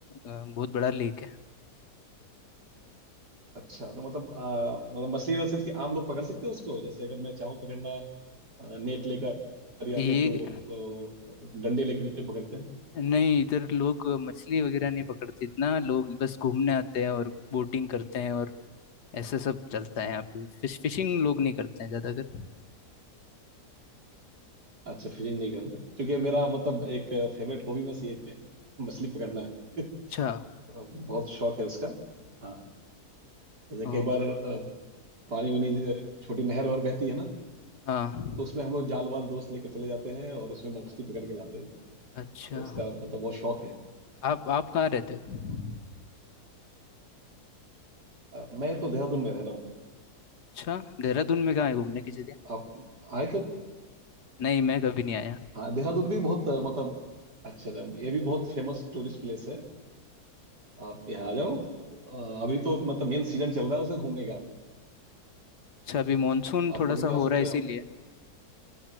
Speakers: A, on the left; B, on the right.
A: बहुत बड़ा लेक है
B: अच्छा तो मतलब अ, मतलब मछली इन सेंस कि आम लोग पकड़ सकते हैं उसको जैसे अगर मैं चाहूँ पकड़ना नेट लेकर या
A: ये
B: फिर जो अ, डंडे लेकर जो पकड़ते हैं
A: नहीं इधर लोग मछली वगैरह नहीं पकड़ते इतना लोग बस घूमने आते हैं और बोटिंग करते हैं और ऐसा सब चलता है यहाँ पे फिश फिशिंग लोग नहीं करते हैं ज्यादातर
B: अच्छा फिशिंग नहीं करते क्योंकि मेरा मतलब एक फेवरेट हॉबी में से एक है मछली पकड़ना <laughs> अ,
A: अच्छा
B: बहुत शौक है उसका हाँ हाँ जैसे
A: ओ
B: कई बार अ, पानी वानी अ, छोटी नहर वहर बहती है ना
A: हाँ
B: तो उसमें हम लोग जाल वाल दोस्त लेकर चले जाते हैं और उसमें मछली पकड़ के लाते हैं
A: अच्छा
B: तो उसका मतलब बहुत शौक
A: आप आप कहाँ रहते हो
B: है अ, मैं तो देहरादून में रह रहा हूँ
A: अच्छा देहरादून में कहाँ है घूमने की जगह
B: आप आए कब
A: नहीं मैं कभी नहीं आया
B: हाँ देहरादून भी बहुत अ, मतलब अच्छा जब ये भी बहुत फेमस टूरिस्ट प्लेस है आप यहाँ आ जाओ अ, अभी तो मतलब मेन सीजन चल रहा है उसे घूमने का
A: अच्छा अभी मानसून
B: आप
A: थोड़ा
B: कभी भी
A: सा
B: आ
A: हो
B: सकते
A: रहा है इसीलिए
B: हो आप